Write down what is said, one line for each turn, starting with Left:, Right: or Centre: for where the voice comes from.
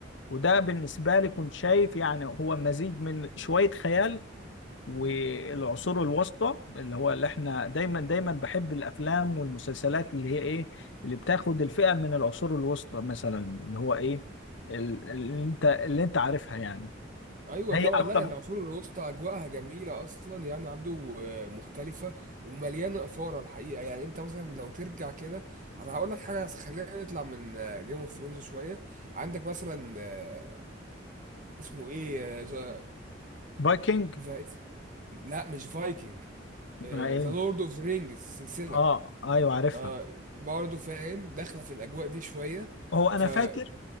Left: وده بالنسبة لي كنت شايف يعني هو مزيج من شوية خيال والعصور الوسطى اللي هو اللي احنا دايما دايما بحب الافلام والمسلسلات اللي هي ايه اللي بتاخد الفئة من العصور الوسطى مثلا اللي هو ايه ال- اللي انت اللي انت عارفها يعني
Right: ايوه
Left: هي
Right: طبعا
Left: اكتر
Right: لا العصور الوسطى اجواءها جميله اصلا يعني عبده آه، مختلفه ومليانه اثاره الحقيقه يعني انت مثلا لو ترجع كده انا هقول لك حاجه بس خلينا نطلع من جيم اوف ثرونز شويه عندك مثلا آه، اسمه ايه آه، ذا
Left: فايكنج
Right: ذا لا مش فايكنج آه،
Left: ما ايه
Right: ذا لورد اوف ذا رينجز سلسله
Left: اه ايوه عارفها
Right: آه برضه فاهم داخله في الاجواء دي شويه
Left: هو انا
Right: فاللون
Left: فاكر